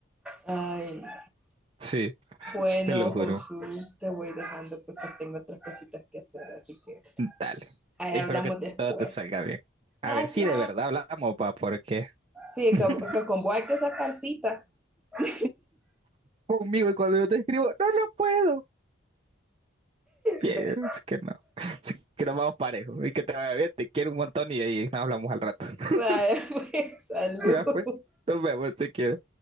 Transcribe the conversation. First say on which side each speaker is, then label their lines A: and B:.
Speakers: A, in the centre; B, on the right.
A: Ay, no.
B: Sí,
A: Bueno,
B: te lo
A: Josu,
B: juro.
A: te voy dejando porque tengo otras cositas que hacer, así que
B: Dale.
A: ahí
B: Espero
A: hablamos
B: que
A: después.
B: todo te salga bien. A
A: Gracias.
B: ver si de verdad hablamos, pa, porque
A: Sí,
B: <laughs>
A: que, que con vos hay que sacar cita. <laughs>
B: conmigo y cuando yo te escribo, no lo puedo. Bien,
A: Ve.
B: así que no. Así que nos vamos parejos. Y que te vaya bien, te quiero un montón y ahí nos hablamos al rato. <laughs>
A: Vale, pues, salud.
B: Ya, pues, nos vemos, te quiero.